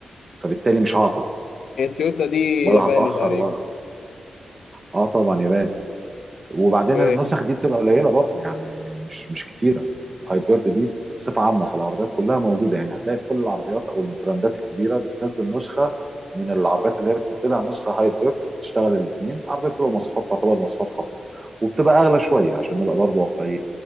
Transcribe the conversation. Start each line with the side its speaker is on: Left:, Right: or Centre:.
Right: فبالتالي مش هعطل
Left: هي التويوتا دي
Right: ولا
Left: ياباني
Right: هتأخر
Left: تقريبا
Right: ولا اه طبعا يا باشا وبعدين
Left: و...
Right: النسخ دي بتبقى قليله برضه يعني مش مش كتيره الهايبرد دي بصفه عامه في العربيات كلها موجوده يعني هتلاقي في كل العربيات او البراندات الكبيره بتنزل نسخه من العربيات اللي هي بتنزلها نسخه هايبرد بتشتغل الاثنين العربيه بتبقى مواصفات تعتبر مواصفات خاصه وبتبقى اغلى شويه عشان نبقى برضه واقعيين